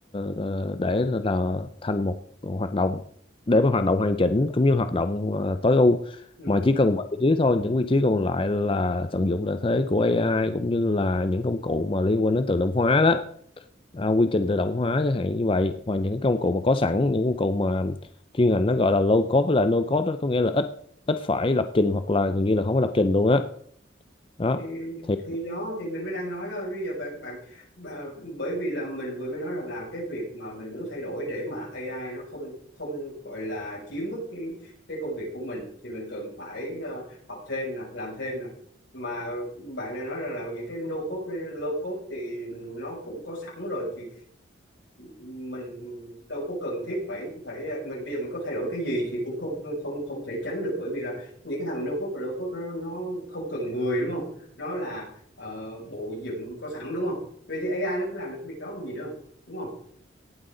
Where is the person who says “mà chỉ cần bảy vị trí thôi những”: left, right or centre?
Left